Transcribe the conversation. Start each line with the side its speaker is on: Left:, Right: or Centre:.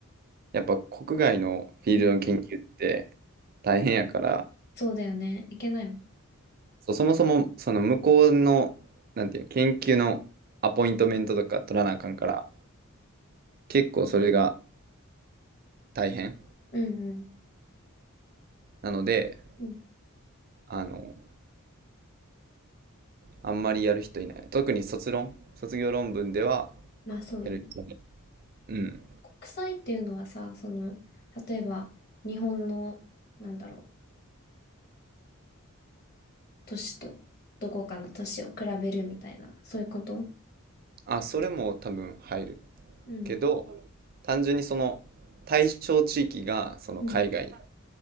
Right: やっぱ国外のフィールドの研究って大変やから、
Left: うん。そうだよね。いけないもんね。
Right: そうそもそも、その向こうの、なんていうの、研究のアポイントメントとか取らなあかんから、結構それが大変
Left: うんうん。
Right: なので、
Left: うん。
Right: あの、あんまりやる人いない。特に卒論、卒業論文では
Left: まあそうよね。
Right: やる人いない。うん。
Left: 国際っていうのはさ、その、例えば日本の、なんだろう。都市とどこかの都市を比べるみたいな、そういうこと
Right: あ、それも多分入る
Left: うん。
Right: けど、単純にその対象地域がその海外
Left: うん。